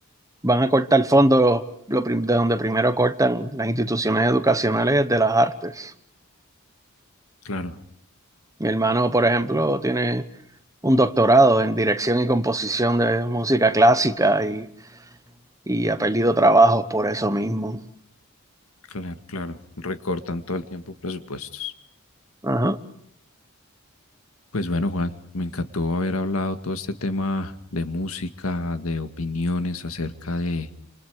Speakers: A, on the right; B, on the left.
A: van a cortar fondos, lo prim- de donde primero cortan las instituciones educacionales es de las artes.
B: Claro,
A: Mi hermano, por ejemplo, tiene un doctorado en dirección y composición de música clásica y, y ha perdido trabajos por eso mismo.
B: claro, claro. Recortan todo el tiempo presupuestos.
A: Ajá.
B: Pues bueno, Juan, me encantó haber hablado todo este tema de música, de opiniones acerca de,